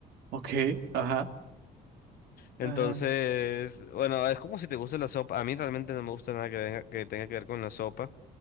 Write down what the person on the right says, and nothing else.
Ok, ajá.
Ajá.